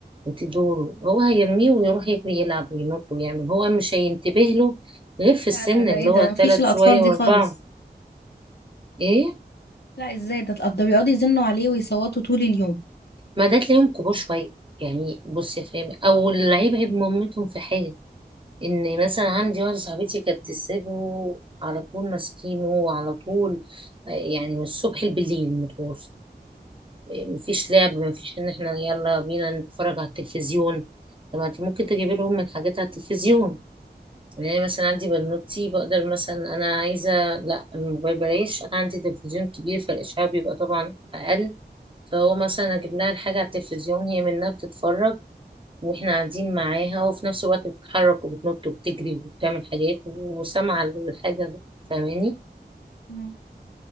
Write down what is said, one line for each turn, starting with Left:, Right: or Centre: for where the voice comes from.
Right: وتديهوله هو هيرميه ويروح يجري يلعب وينط ويعمل هو مش هينتبه له غير في السن
Left: لا لا ده
Right: اللي
Left: إيه ده
Right: هو
Left: مفيش
Right: تلات
Left: الأطفال
Right: شوية
Left: دي
Right: واربعة
Left: خالص
Right: ايه
Left: لا إزاي ده الأب- ده بيقعدوا يزنوا عليه ويصوتوا طول اليوم
Right: ما ده تلاقيهم كبار شوية يعني بصي يا فاهمة او اللعيب عيب مامتهم في حاجة ان مثلا عندي واحده صاحبتي كانت تسيبه على طول ماسكينه على طول آه، يعني من الصبح لبالليل متواصل آه، مفيش لعب مفيش ان احنا يلا بينا نتفرج على التلفزيون طب ما انت ممكن تجيب لهم من حاجات على التلفزيون يعني مثلا عندي بنوتي بقدر مثلا انا عايزه لا الموبايل بلاش انا عندي تلفزيون كبير فالاشعاع بيبقى طبعا اقل فهو مثلا اجيب لها الحاجه على التلفزيون هي منها بتتفرج واحنا قاعدين معاها وفي نفس الوقت بتتحرك وبتنط وبتجري وبتعمل حاجات وسامعة الحاجة فاهماني
Left: مم.